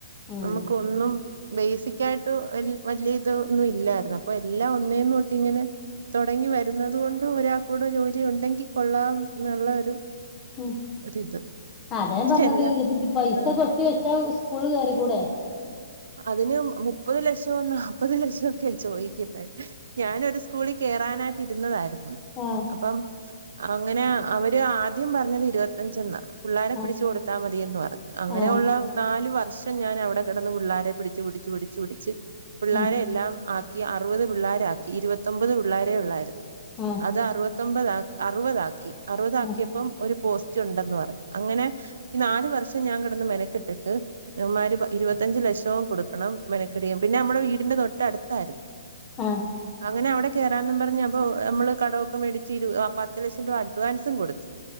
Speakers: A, on the left; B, on the right.
A: ഉം
B: നമുക്ക് ഒന്നും ബേസിക്ക് ആയിട്ട് വ വല്യ ഇതൊന്നും ഇല്ലായിരുന്നു അപ്പൊ എല്ലാം ഒന്നേനൊട്ട് ഇങ്ങനെ തുടങ്ങി വരുന്നത് കൊണ്ട് ഒരാൾ കൂടെ ജോലി ഉണ്ടെങ്കി കൊള്ളാം എന്നുള്ള ഒരു
A: ഉം
B: ഒരിത്
A: അതാൻ പറഞ്ഞത്ഇ
B: എല്ലാ
A: പൈസ
B: ആഹ്
A: കെട്ടി വെച് ങ്ങ സ്കൂള് കേറി കൂടെ
B: അതിന് മുപ്പത് ലക്ഷംന്ന മുപ്പത് ലക്ഷംക്കെയ ചോയ്ക്കുന്നെ ഞാനൊരു സ്കൂളിൽ കേറാനായിട്ട് ഇരുന്നതായിരുന്നു
A: ആഹ്
B: അപ്പം അങ്ങനെ അവര് ആദ്യം പറഞ്ഞത് ഇരുപത്തഞ്ചണ്ണാ പിള്ളാരെ
A: ആഹ്
B: പിടിച്ചു കൊടുത്താ മതിയന്ന് പറഞ്ഞു അങ്ങനെയുള്ള
A: ആഹ്
B: നാല് വർഷം ഞാൻ അവിടെ കിടന്ന് പിള്ളാ പിടിച് പിടിച്ച് പിടിച്ച് പിടിച്ച് പിള്ളോരെ
A: ഉം
B: എല്ലാം ആ കി അറുപത് പിള്ളോരാക്കി ഇരുപത്തൊമ്പത് പിള്ളേരെ ഉള്ളായ് രുന്നു
A: ആഹ്
B: അത് അറുപ ത്തൊമ്പതാ അറുപതാക്കി അറുപതാക്കിയപ്പം
A: ഉം
B: ഒരു പോസ് ണ്ടെന്ന് പറഞ്ഞു അങ്ങനെ ഈ നാല് വർഷം ഞാൻ കെടന്ന് മെനക്കെട്ടിട്ട് ഇവന്മാര് ഇരുപത്തഞ്ചു ലക്ഷം വും കൊടുക്കണം മെനക്കടിയും പിന്നെ നമ്മുടെ വീടിന്റെ തൊട്ടടുത്തായിരുന്നു
A: ആ
B: അങ്ങനെ അവിടെ കേറാന്നും പറഞ്ഞ് അപ്പോ മ്മള് കടവൊക്കെ വേടിച്ച് ഒരു ആ പത്ത് ലക്ഷം രൂപ അഡ്വാൻസും കൊടുത്തു